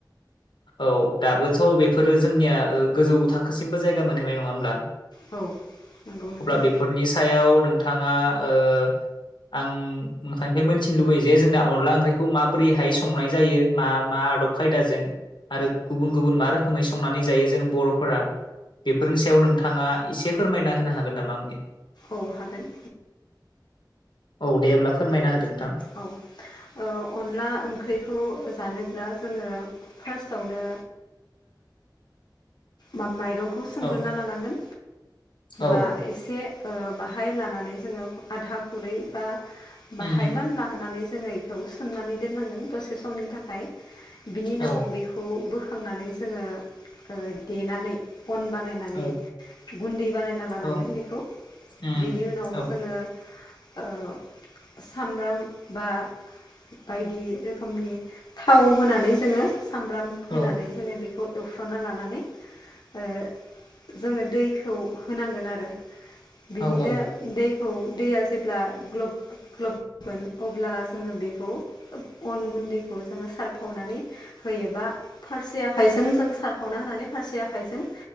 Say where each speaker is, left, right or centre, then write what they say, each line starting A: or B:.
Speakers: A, on the left; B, on the left.
A: औ दाबोथ' बेफोरो जोंनिया ओ गोजौ थाखोसिमबो जायगा मोनहैबाय नङा होमब्ला
B: औ नंगौ नोंथां
A: अब्ला बेफोरनि सायाव नोंथाङा ओ आं नोंथांनिफ्राय मोनथिनो लुबैयो जे जोंना अनला ओंख्रिखौ माबोरैहाय संनाय जायो मा मा आदब खायदाजों आरो गुबुन गुबुन मा रोखोमै संनानै जायो जों बर'फोरा बेफोरनि सायाव नोंथाङा एसे फोरमायना होनो हागोन नामा आंनि
B: औ हागोन
A: औ दे होमब्ला फोरमायना होदो नोंथां
B: औ ओ अनला ओंख्रिखौ जानोब्ला जोङो फार्स्टआवनो मा-माइरंखौ सोमग्रोना
A: औ
B: लानांगोन
A: औ
B: बा एसे ओ बाहाय लानानै जोङो आधा खुरै बा
A: उम
B: बाहायमान लानानै जोङो ए खौ सोमनानै दोननांगोन दसे समनि थाखाय बिनि उनाव
A: औ
B: बेखौ खौ बोखांनानै जोङो ओ देनानै अन बानाय माने
A: औ
B: गुन्दै बानायना लानांगोन
A: औ
B: बेखौ
A: उम
B: बेनि उनाव
A: औ
B: जोङो ओ सामब्राम बा बायदि रोखोमनि थाव होनानै जोङो सामब्राम होनानै
A: औ
B: जोङो बे खौ एवफ्रामना लानानै ओ जोङो दैखौ होनांगोन आरो बिदिनो
A: औ औ
B: दैखौ दैया जेब्ला ग्लब ग्लबगोन अब्ला जोङो बेखौ ओब अन गुन्दैखौ जोङो सारफावनानै होयोबा फारसे आखाइजों जों सारफावना होनानै फारसे आखाइजों